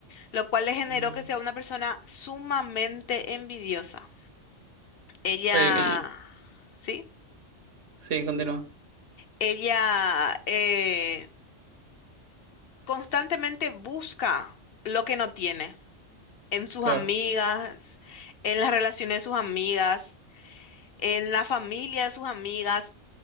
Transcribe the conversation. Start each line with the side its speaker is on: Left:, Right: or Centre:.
Left: lo cual le generó
Right: Mm.
Left: que sea una persona sumamente envidiosa. Ella...
Right: El- el-
Left: ¿Sí?
Right: sí, continúa.
Left: Ella eh, constantemente busca lo que no tiene en sus
Right: Claro.
Left: amigas, en las relaciones de sus amigas, en la familia de sus amigas.